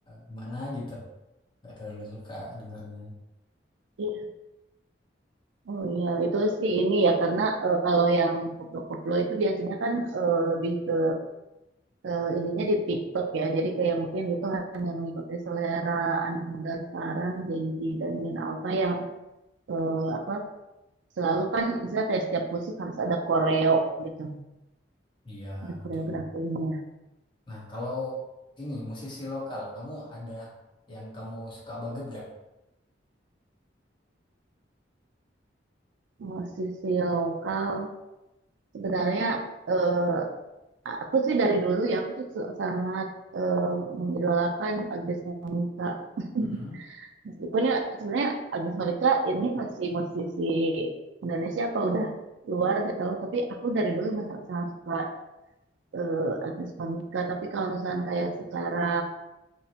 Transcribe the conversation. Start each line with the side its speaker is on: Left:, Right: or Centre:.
Left: gimana gitu nggak terlalu suka dengernya.
Right: Iya, oh iya itu sih ini ya karena eh, kalau yang koplo-koplo itu biasanya kan eh, lebih ke, ke ininya di TikTok ya jadi kayak mungkin itu hanya mengikuti selera anak muda sekarang Gen Z dan Gen Alpha yang eh, apa selalu kan misalnya kayak setiap musik harus ada koreo gitu
Left: Iya,
Right: ada
Left: betul.
Right: koreografinya
Left: Nah, kalau ini musisi lokal, kamu ada yang kamu suka banget gak?
Right: Musisi lokal sebenarnya eh, aku sih dari dulu ya aku tuh sangat eh, mengidolakan Agnes Monica. <laughs>
Left: Mm-mm.
Right: Meskipun ya sebenarnya Agnes Monica ini masih musisi Indonesia apa udah luar gak tahu tapi aku dari dulu sangat, sangat suka eh, Agnes Monica tapi kalau misalnya kayak secara